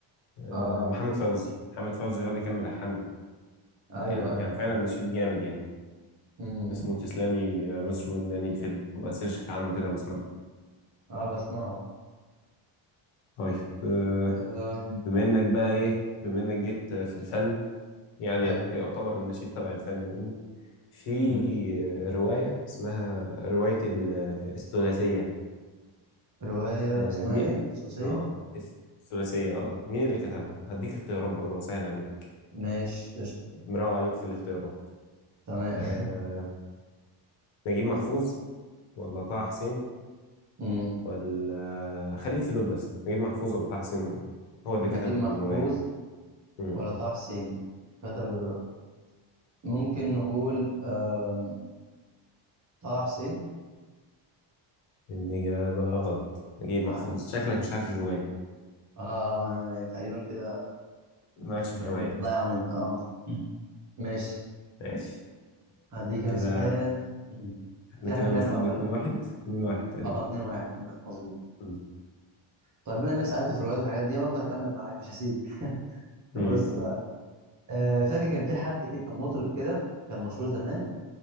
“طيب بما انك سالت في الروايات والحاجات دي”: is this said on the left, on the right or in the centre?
Right